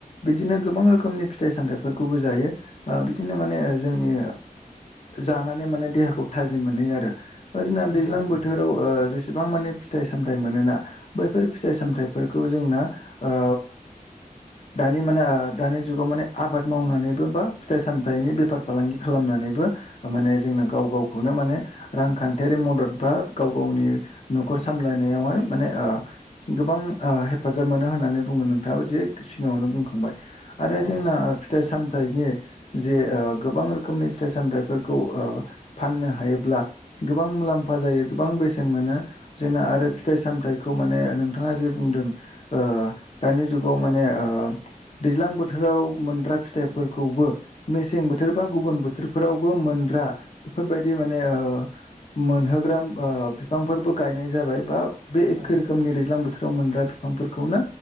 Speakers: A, on the left; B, on the right.
A: बिदिनो गोबां रोखोमनि फिथाइ सामथाइ फोरखौबो जायो। ओ बिदिनो माने ओ जोंनि जानानै माने देहाखौ थाजिम मोनहैयो आरो ओ जोंना
B: नंगौ
A: दैज्लां
B: नंगौ
A: बोथोराव ओ जेस गोबां माने फिथाइ सामथाइ मोनोना। बैफोर फिथाइ सामथाइफोरखौ जोंना ओ दानि मानो दानि जुगाव माने आबाद मावनानैबो बा फिथाइ सामथाइनि बेफार फालांगि खालामनानैबो माने जोंना गाव गावखौनो माने रांखान्थियारि मदद बा गाव गावनि न'खर सामलायनायावहाय माने ओ गोबां ओ हेफाजाब मोनो होननानै बुङो नोंथाङाबो जे सिगाङावनो बुंखांबाय। आरो
B: औ
A: जोंना ओ फिथाइ सामथाइनि जे ओ गोबां रोखोमनि फिथाइ सामथाइफोरखौ ओ फाननो हायोब्ला गोबां मुलाम्फा जायो गोबां बेसेन मोनो। जोंना आरो
B: औ
A: फिथाइ सामथाइ खौ माने नोंथाङा जे बुंदों ओ दानि जुगाव माने ओ दैज्लां बोथोराव मोनद्रा फिथाइफोरखौबो मेसें बोथोर बा गुबुन बोथोरफोरावबो मोनद्रा बेफोरबायदि माने ओ मोनहोग्रा ओ बिफांफोरबो गायनाय जाबाय बा बे एखे
B: औ
A: रोखोमनि दैज्लां बोथोराव मोनग्रा बिफांफोरखौनो